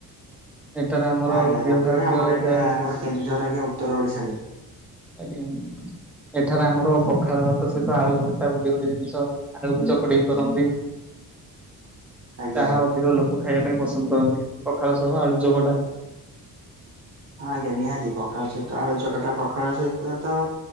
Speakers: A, in the centre; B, on the right.
A: ଏଠାରେ ଆମର
B: ଆଜ୍ଞା
A: ପ୍ରିୟ
B: ଦକ୍ଷିଣ
A: ଖାଦ୍ୟ
B: ଆମର
A: ଯାହା
B: ଏଟା ଆମର କେନ୍ଦୁଝର ଆଜ୍ଞା ଉତ୍ତର ଓଡିଶାରେ।
A: ଆଜ୍ଞା ଏଠାରେ ଆମର ପ ପଖାଳ ଭାତ ସହିତ ଆଳୁ ଭର୍ତା ବୋଲି ଗୋଟେ ଜିନିଷ ଆଳୁକୁ ଚକଟିକି କରନ୍ତି।
B: ଆଜ୍ଞା
A: ତାହା
B: ଆଜ୍ଞା।
A: ଅଧିକ ଲୋକ ଖାଇବା ପାଇଁ ପସନ୍ଦ କରନ୍ତି ପଖାଳ ସହ ଆଳୁଚକଟା।
B: ହଁ ଆଜ୍ଞା ନିହାତି ପଖାଳ ସହିତ ଆଳୁଚକଟା ପଖାଳ ସହିତ ତ